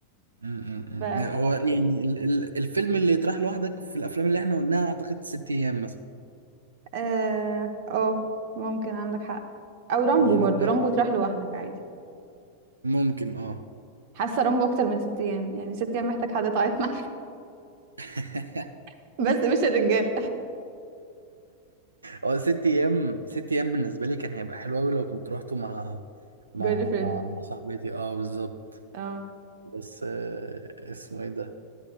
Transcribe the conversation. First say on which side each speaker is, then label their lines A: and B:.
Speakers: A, on the right (about 75°); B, on the right (about 50°).
A: امم
B: ف
A: هو يعني ال... ال... الفيلم اللي يطرح لوحدك في الافلام اللي احنا قلناها اعتقد ست ايام مثلا
B: اه آه، ممكن عندك حق او رامبو
A: يعني
B: برضو
A: ده
B: رامبو تروح لوحدك عادي
A: ممكن اه
B: حاسة رامبو اكتر من ست ايام يعني ست ايام محتاج حد تعيط معاه
A: <laughs>
B: <laughs> بس مش الرجالة
A: هو ست ايام ست ايام بالنسبه لي كان هيبقى حلو قوي لو كنت روحته مع مع
B: جيرل فريند
A: مع, مع صاحبتي اه بالظبط
B: اه
A: بس آه، اسمه ايه ده